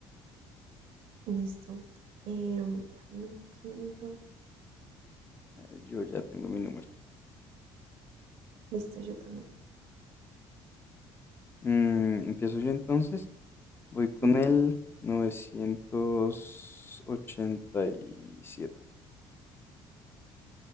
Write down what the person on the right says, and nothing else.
Listo. Eh, déjame pienso.
Listo, yo también.
Ujú.